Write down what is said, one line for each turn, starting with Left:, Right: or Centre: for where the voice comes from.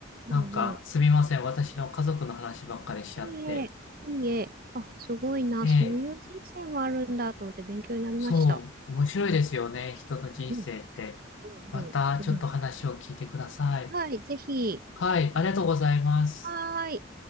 Right: うんうん。
Left: なんか、すみません、私の家族の話ばっかりしちゃって。
Right: いいえ、いいえ。あ、すごいな。
Left: ええ、
Right: そういう人生もあるんだと思って勉強になりました。
Left: そう、面白いですよね、人の人生って。
Right: うんうんうんうん。
Left: また、ちょっと話を聞いてください。
Right: はい、ぜひ。
Left: はい、ありがとうございます。
Right: はーい。